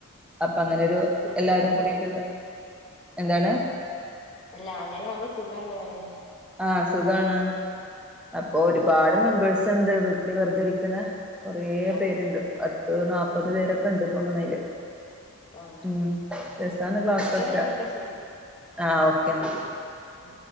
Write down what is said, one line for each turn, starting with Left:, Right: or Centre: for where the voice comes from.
Centre: അപ്പൊ
Left: ആഹ്
Centre: അങ്ങനെരു
Left: സുഖേക്കാരല്ലേ
Centre: എല്ലാരും കൂടിട്ട്ള്ള എന്താണ്
Left: അല്ല അങ്ങനെ ആമ്പോ സുഖന്ന് അറയാ
Centre: ആഹ് സുഖാണ് അപ്പൊ ഒരുപാട് മെമ്പേഴ്സ് ണ്ട് വീട്ടിൽ വെറുതി ഇരിക്കുന്ന കൊറ
Left: ആഹ്
Centre: പേരുണ്ട് പത്ത് നാല്പത് പേരൊക്കെ ഉണ്ട് തോന്നണ് അയില്
Left: ആഹ്
Centre: ഉം രസണ്ക്ലാസക്കെ
Left: എന്നാ ആയിക്കോട്ടെ ശരി
Centre: ആഹ് ഓക്കെ ന്ന
Left: മം